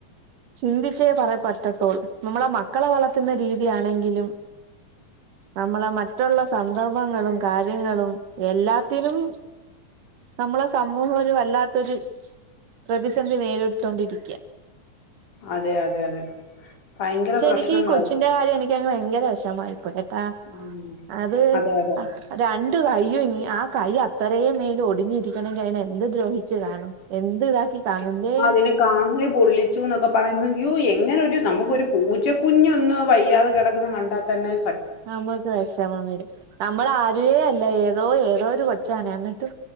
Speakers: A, on the right; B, on the left.
A: ചിന്തിച്ചേ പറ പറ്റത്തോള്ളു നമ്മളെ മക്കളെ വളർത്തുന്ന രീതിയാണെങ്കിലും നമ്മളെ മറ്റുള്ള സന്ദർഭങ്ങളും കാര്യങ്ങളും എല്ലാത്തിനും നമ്മളെ സമൂഹ ഒരു വല്ലാത്തൊരു പ്രതിസന്ധി നേരിട്ടൊണ്ടിരിക്ക
B: അതെ അതെ അതെ ഭയങ്കര
A: പക്ഷെ
B: പ്രശ്നങ്ങളായി
A: എനിക്കീ കൊച്ചിന്റെ കാര്യം എനിക്ക ഭയങ്കര വിഷമായിത് ട്ടാ
B: ഉം
A: അത്
B: അതെ അതെ
A: രണ്ടു കൈ അയ്യൊ ആ കൈ അത്രയും മേല ഒടിഞ്ഞിരിക്കണമെങ്കിൽ അതിനെ എന്ത് ദ്രോഹിച്ചു കാണും എന്ത് ഇതാക്കി കാണൂല്ലേ
B: അതിനെ കാല് പൊള്ളിച്ചുന്നൊക്കെ പറയുന്നു എങ്ങനെ രു നമുക്കൊരു പൂച്ചക്കുഞ്ഞൊന്ന് വയ്യാതെ കെടക്കുന്ന കണ്ടാത്തന്നെ
A: നമ്മക്ക് വെഷമം വരും നമ്മള് ആരുവെ അല്ല ഏതോ ഏതോ ഒരു കൊ- ച്ചാണെ എന്നിട്ട്